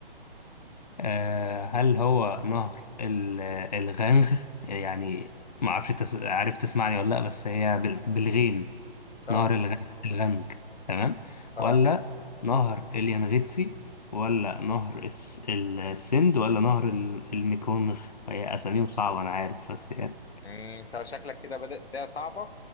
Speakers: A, on the left (about 45°); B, on the left (about 85°).
A: آه هل هو نهر ال- الغنغ يعني معرفش تس... عارف تسمعني ولا لأ بس هي بال- بالغين
B: اه
A: نهر الغن- الغنج تمام
B: اه
A: ولا نهر اليانغيتسي ولا نهر الس... السند ولا نهر ال- الميكونغ هي اساميهم صعبة انا عارف بس يعني
B: مم، انت شكلك كده بدأ بدايه صعبه